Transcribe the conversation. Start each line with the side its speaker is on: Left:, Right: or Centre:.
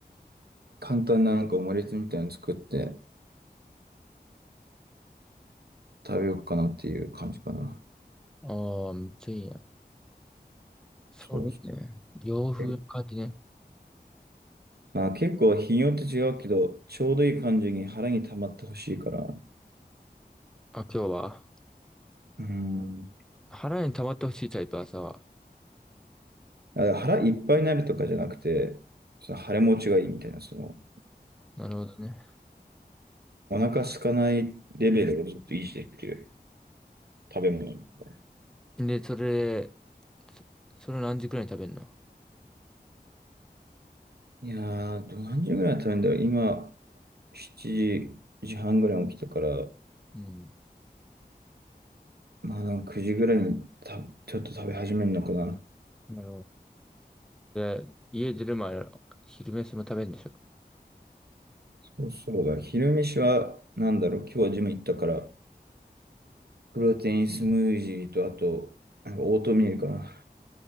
Right: 簡単ななんかオムレツみたいなの作って食べようかなっていう感じかな。
Centre: ああ、めっちゃいいな。それね、
Right: そうそう。
Centre: 洋風の感じね。
Right: えまあ結構日によって違うけど、ちょうどいい感じに腹に溜まってほしいから。
Centre: あ、今日は、
Right: うん。
Centre: 腹に溜まってほしいタイプ、朝は。
Right: あ腹いっぱいになるとかじゃなくて、その腹持ちがいいみたいな、その、
Centre: なるほどね。
Right: お腹空かないレベルをずっと維持できる食べ物みたいな。
Centre: で、それ、そ、それ何時くらいに食べるの
Right: いやー、ど何時ぐらい食べるんだろう。今、7時半ぐらいに起きたから、
Centre: うん。
Right: まあなんか9時ぐらいにたちょっと食べ始めるのかな。
Centre: なるほど。で、家出る前、昼飯も食べるんでしょ
Right: そうそうだ。昼飯はなんだろう。今日はジム行ったから、プロテインスムージーとあと、なんかオートミールかな。